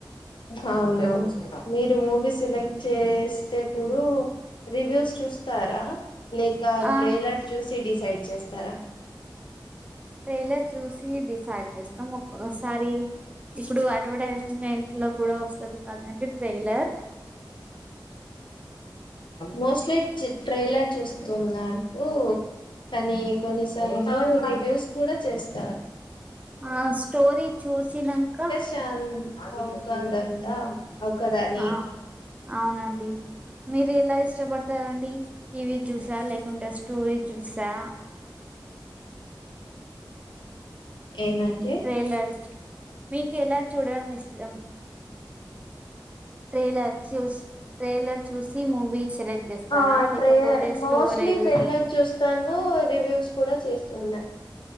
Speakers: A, on the left (about 80°); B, on the right (about 15°).
A: హవునౌ మీరు మూవీ సెలెక్ట్ చేస్తేప్పుడు రివ్యూస్ చూస్తారా లేక
B: ఆ
A: ట్రైలర్ చూసి డిసైడ్ చేస్తారా
B: ట్రైలర్ చూసి డిసైడ్ చేస్తాం ఒక్కొక్కసారి ఇప్పుడు అడ్వర్టైజ్మెంట్ ట్లో కూడా వస్తుది కాదంటే ట్రైలర్
A: మోస్ట్లీ చి ట్రైలర్ చూస్ తున్నానుకూ కానీ కొన్నిసార్లు రివ్యూస్ కూడా చేస్తాను
B: ఆ స్టోరీ చూసినంక
A: టన్ ఆ కాందంటా ఒక్కదాన్ని
B: ఆ అవునండి మీరు ఎలా ఇష్టపడతారండి టీ వీ చూసా లేకుంటే స్టోరీ చూసా
A: ఏమంటే
B: ట్రైలర్ మీకు ఎలా చూడడం ఇష్టం ట్రైలర్ చూస్ ట్రైలర్ చూసి మూవీ సెలెక్ట్ చేస్తారా
A: ఆ
B: లేకపోతే
A: ట్రే
B: స్టోరీల్
A: మోస్ట్లీ ట్రైలర్ చూస్తాను రివ్యూస్ కూడా చేస్తున్నా